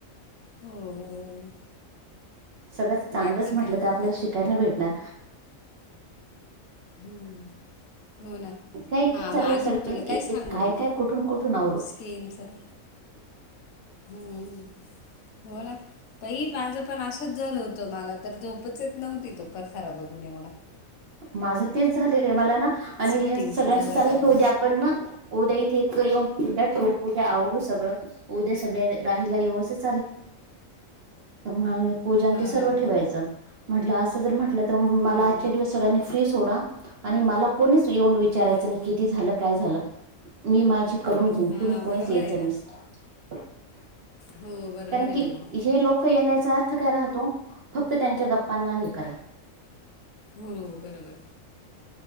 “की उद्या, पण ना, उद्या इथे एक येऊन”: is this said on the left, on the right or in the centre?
Right